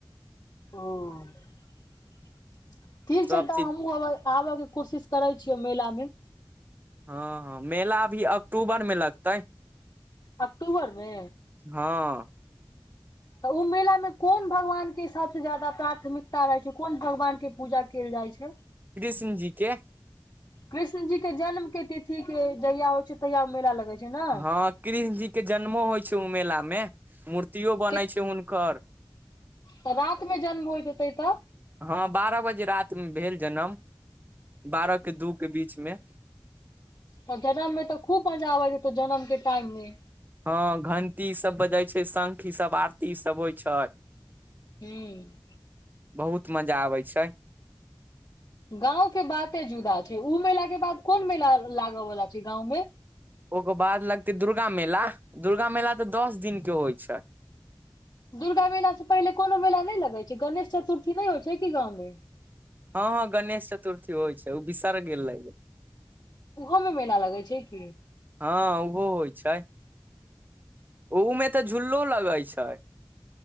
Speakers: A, on the left (about 45°); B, on the right (about 25°).
A: ओ, ठीक
B: सब
A: छै तऽ
B: चीज
A: हमहुँ अबै। आब के कोशिश करै छियै मेला मे।
B: हँ हँ मेला अभी अक्टूबर मे लगतै
A: अक्टूबरमे
B: हँ
A: तऽ उ मेला मे कोन भगवान के सबसे ज्यादा प्राथमिकता रहै छै कोन भगवान के पूजा केल जाइ छै।
B: कृष्णजी के
A: कृष्ण जी के जन्म के तिथि के जहिया होइ छै तहिया उ मेला लगै छै। ने
B: हँ कृष्ण जी के जन्मो होइ छै उ मेला मे मूर्ति र्तियो बनै
A: के
B: छै हुनकर।
A: तऽ रात मे जन्म होइत होतै तऽ।
B: हँ बारह बजे रातमे भेल जनम बारहके दू के बीचमे
A: तऽ जनम मे तऽ खूब मजा आबैत हेतौ जनम के टाइम मे।
B: हँ घंटी सब बजै छै शंख ईसभ आरती सब होइ छै।
A: हूँ
B: बहुत मजा आबै छै।
A: गाँंव के बाते जुदा छै उ मेला के बाद कोन मेला लागऽ बला छै गाँंव मे।
B: ओके बाद लगतै दुर्गा मेला दुर्गा मेला तऽ दस दिन के होइ छै।
A: दुर्गा मेलाँ से पहिले कोनो मेला नय लगै छै गणेश चतुर्थी नय होइ छै कि गाँवमे।
B: हँ हँ गणेश चतुर्थी होइ छै उ बिसर गेल रहियै।
A: उहो मे मेला लगै छै की।
B: हँ उहो होइ छै, ओ उमे तऽ झुल्लो लगै छै।